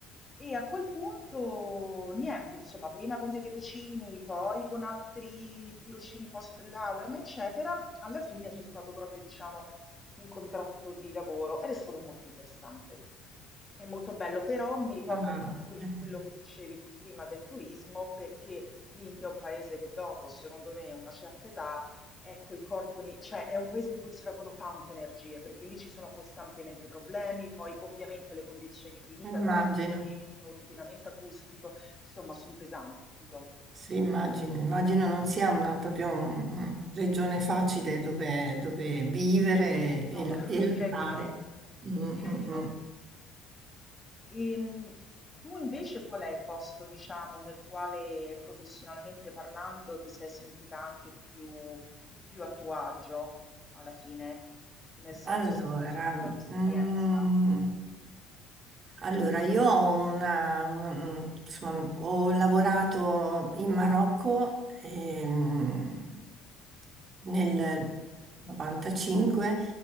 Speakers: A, on the left; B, on the right.
A: E a quel punto niente, insomma, prima con dei tirocini, poi con altri tirocini post lauream, eccetera, alla fine c'è stato proprio, diciamo, un contratto di lavoro ed è stato molto interessante. È molto bello, però mi ricordo
B: Ah,
A: un po' quel-
B: eh,
A: quello che dicevi tu prima del turismo, perché l'India è un paese che dopo, secondo me, una certa età, ecco il corpo, ni- cioè è un paese in cui ti servono tante energie, perché lì ci sono costantemente problemi, poi ovviamente le condizioni di vita
B: immagino,
A: tra inquinamento, inquinamento acustico, insomma, sono pesanti, capito?
B: sì, immagino, immagino non sia una, proprio una regione facile dove, dove vivere e,
A: No, <laughs>
B: e
A: direi
B: lavorare.
A: di no,
B: Mm,
A: direi
B: mm,
A: di no.
B: mm.
A: Ehm, tu invece qual è il posto, diciamo, nel quale professionalmente parlando ti sei sentita anche più, più a tuo agio alla fine? Nel senso,
B: Allora,
A: se penso un po' alla tua esperienza.
B: mm, Allora, io ho una, un- insomma, ho lavorato in Marocco ehm, nel 95,